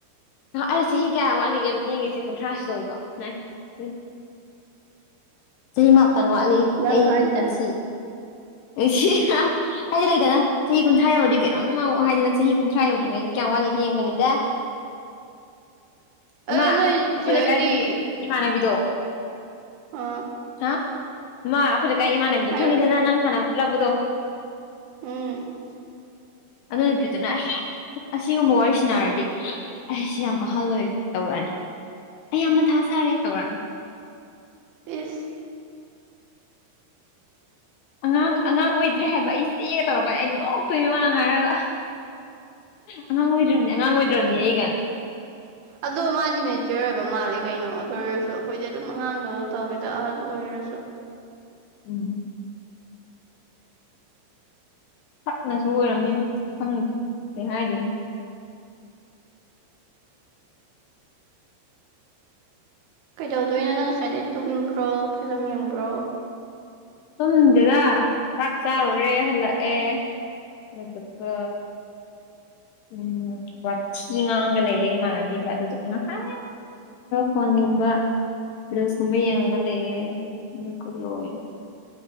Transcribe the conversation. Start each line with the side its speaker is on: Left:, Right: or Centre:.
Left: ꯑꯩ ꯆꯍꯤ ꯀꯌꯥ ꯋꯥꯠꯂꯤꯒꯦ ꯑꯃꯇꯦꯡꯉꯦꯁꯤ ꯀꯨꯟꯊ꯭ꯔꯥꯁꯨ ꯇꯧꯕ ꯎ ꯆꯍꯤ ꯃꯥꯄꯜ ꯋꯥꯠꯂꯤ
Right: ꯅꯪ
Left: ꯑꯩꯒꯤ
Right: ꯍꯥꯏꯁꯦ
Left: ꯄꯨꯟꯁꯤ ꯑꯩꯁꯤ ꯍꯥꯏꯗꯤ ꯂꯩꯗꯅ ꯆꯍꯤ ꯀꯨꯟꯊ꯭ꯔꯥ ꯌꯧꯔꯗꯤ ꯀꯩꯅꯣꯝꯃꯧꯑꯣ ꯍꯥꯏꯗꯅ ꯆꯍꯤ ꯀꯨꯟꯊ꯭ꯔꯥ ꯌꯧꯗ꯭ꯔꯤꯉꯩꯁꯤꯦ ꯀꯃ ꯂꯩꯗꯒꯤ ꯌꯦꯡ ꯃꯅꯤꯗ ꯑꯃ
Right: ꯑꯗꯣ ꯅꯣꯏ
Left: ꯑꯩꯈꯣꯏ
Right: ꯆꯦ ꯍꯣꯏꯗꯤ
Left: ꯂꯩꯀꯥꯏꯒꯤ ꯏꯃꯥꯟꯅꯕꯤꯗꯣ
Right: ꯑꯥ
Left: ꯍꯥ ꯃꯥ ꯑꯩꯈꯣꯏ ꯂꯩꯀꯥꯏ ꯏꯃꯥꯟꯅꯕꯤꯗꯣ
Right: ꯍꯥꯏꯔꯣ
Left: ꯈꯪꯉꯤꯗꯅ ꯅꯪ ꯍꯥꯟꯅ ꯄꯨꯜꯂꯛꯄꯗꯣ
Right: ꯎꯝ
Left: ꯑꯗꯨ ꯅꯨꯄꯤꯗꯨꯅ ꯑꯩ ꯑꯁꯤꯒꯨꯝꯕ ꯋꯥꯔꯤꯁꯤꯅꯔꯗꯤ ꯑꯩꯁꯤ ꯌꯥꯝ ꯑꯍꯜ ꯑꯣꯏꯔꯦ ꯇꯧꯔꯛꯑꯅꯤ ꯑꯩꯌꯥꯝꯅ ꯊꯥ ꯁꯥꯔꯦ ꯇꯧꯔꯛꯑꯅꯤ
Right: ꯏꯁꯤꯁ
Left: ꯑꯉꯥꯡ ꯑꯉꯥꯡ ꯑꯣꯏꯗ꯭ꯔꯦ ꯍꯥꯏꯕ ꯑꯩ ꯆꯦ ꯇꯧꯔꯛꯀꯗꯤ ꯑꯩ ꯅꯣꯛꯇꯣꯏꯅꯦ ꯃꯥ ꯉꯥꯏꯔꯒ ꯑꯉꯥꯡ ꯑꯣꯏꯗ꯭ꯔꯕꯅꯤ ꯑꯉꯥꯡ ꯑꯣꯏꯗ꯭ꯔꯕꯅꯤ ꯑꯩꯒꯅ
Right: ꯑꯗꯣ ꯃꯥꯗꯤ ꯃꯦꯆꯣꯔ ꯑꯣꯏꯕ ꯃꯥꯜꯂꯦ ꯀꯩꯅꯣ ꯑꯗꯨ ꯑꯣꯏꯔꯁꯨ ꯑꯩꯈꯣꯏꯗꯤ ꯑꯗꯨꯝ ꯑꯉꯥꯡꯗꯧꯅ ꯇꯧꯒꯦꯗ ꯑꯍꯟ ꯑꯣꯏꯔ ꯀꯁꯨ
Left: ꯎꯝ ꯁꯛꯅꯁꯨ ꯑꯣꯏꯔꯕꯝꯅꯤꯅ ꯈꯪꯗꯦ ꯀꯩ ꯍꯥꯏꯗꯣꯏꯅꯣ
Right: ꯀꯩꯗꯧꯗꯣꯏꯅꯣ ꯅꯪ ꯉꯁꯥꯏꯗꯩ ꯇꯨꯝꯕ꯭ꯔꯣ ꯐꯤꯂꯝ ꯌꯦꯡꯕ꯭ꯔꯣ
Left: ꯁꯨꯝꯗꯨꯗ ꯆꯥꯛ ꯆꯥꯔꯨꯔꯦ ꯍꯜꯂꯛꯑꯦ ꯃꯗꯨꯀ ꯎꯝ ꯋꯥꯆꯉꯒꯑꯦ ꯃꯥꯅꯕꯤꯒ ꯑꯗꯨ ꯍꯔ ꯐꯣꯟ ꯅꯝꯕꯔ ꯁꯃ ꯌꯦꯒ ꯂꯩꯑꯦ